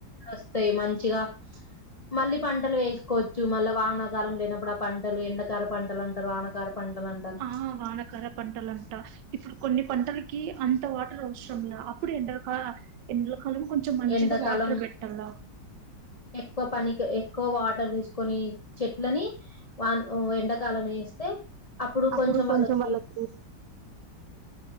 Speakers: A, on the left (about 20°); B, on the right (about 70°).
A: వస్తాయ్ మంచిగా మళ్ళీ పంటలు వేసుకోవచ్చు మళ్ళా వానాకాలం లేనప్పుడు ఆ పంటలు ఎండకారు పంటలు అంటారు వానకార పంటలు అంటారు
B: ఆ వానకార పంటలంట ఇప్పుడు కొన్ని పంటలకి అంత వాటర్ అవసర్ ఉన్న అప్పుడు ఎండలక ఎండ్లకాలం కొంచెం మంచిగ
A: ఎండాకాలం
B: వాటర్ పెట్టాల
A: ఎక్కువ పనికి ఎక్కువ వాటర్ తీసుకొని చెట్లని వా ఎండాకాలం వేస్తే
B: అప్పుడు
A: కొంచెం
B: కొంచం
A: వాళ్ళకి
B: వాల్లకి